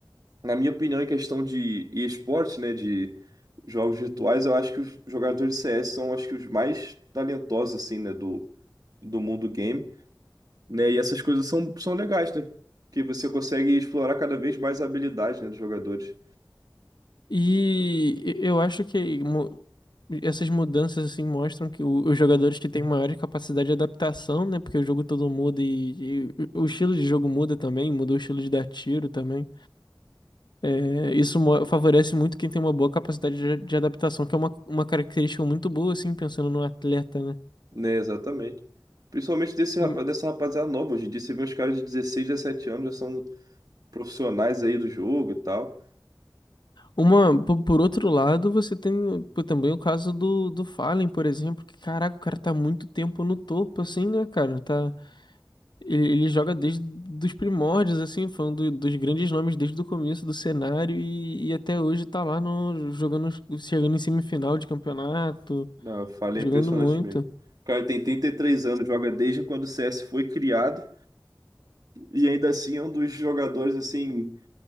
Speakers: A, on the right; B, on the left.
A: na minha opinião, em questão de esportes, né, de jogos virtuais, eu acho que os jogadores de CS são, acho que, os mais talentosos, assim, né, do, do mundo game, né? E essas coisas são, são legais, né? Porque você consegue explorar cada vez mais a habilidade, né, dos jogadores.
B: E eu acho que mu- essas mudanças assim mostram que o- os jogadores que têm maior capacidade de adaptação, né? Porque o jogo todo muda e, e o estilo de jogo muda também, mudou o estilo de dar tiro também. É, isso mo- favorece muito quem tem uma boa capacidade de, de adaptação, que é uma, uma característica muito boa, assim, pensando no atleta, né?
A: Né, exatamente. Principalmente desse rapaz,
B: Hum,
A: dessa rapaziada nova. Hoje em dia você vê uns caras de 16, 17 anos, já são profissionais aí do jogo e tal.
B: Uma, po- por, outro lado, você tem o- pô, também o caso do, do Fallen, por exemplo, que caraca, o cara tá muito tempo no topo, assim, né, cara? Tá. Ele, ele joga desde dos primórdios, assim, foi um do- dos grandes nomes desde o começo do cenário e, e até hoje tá lá no, jogando, chegando em semifinal de campeonato,
A: Não, eu falei,
B: jogando
A: é impressionante
B: muito.
A: mesmo. O cara tem 33 anos, joga desde quando o CS foi criado e ainda assim é um dos jogadores assim